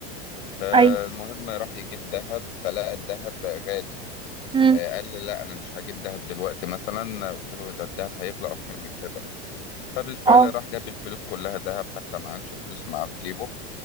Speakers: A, on the left; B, on the right.
A: فالمهم
B: ايوه
A: راح يجيب دهب فلقى الدهب غالي
B: امم
A: آه، قال لي لا انا مش هجيب دهب دلوقتي مثلا قلت له ده الدهب هيغلى اكتر من كده فبالفعل
B: اه
A: راح جاب الفلوس كلها دهب حتى ما كانش فلوس معاه في جيبه